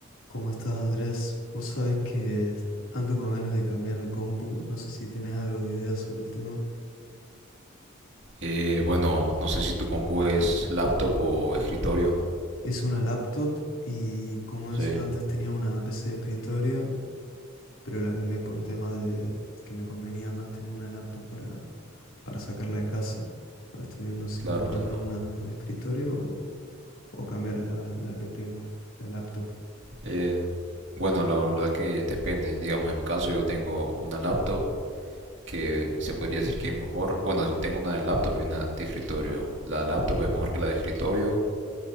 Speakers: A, on the left; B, on the right.
A: ¿Cómo estás, Andrés? Vos sabés que est- ando con ganas de cambiar mi compu. No sé si tenés algo de idea sobre el tema.
B: Eh, bueno, no sé si tu compu es laptop o escritorio.
A: Es una laptop y como es,
B: Sí,
A: yo antes tenía una PC de escritorio, pero la cambié por temas de que me convenía más tener una laptop para, para sacarla de casa. Ahora estoy viendo si
B: claro,
A: comprarme
B: claro.
A: una de escritorio o, o cambiar la, la que tengo, la laptop.
B: Eh, bueno, la verdad que depende. Digamos, en mi caso yo tengo una laptop que se podría decir que es mejor. Bueno, yo tengo una de laptop y una de escritorio. La laptop es mejor que la de escritorio,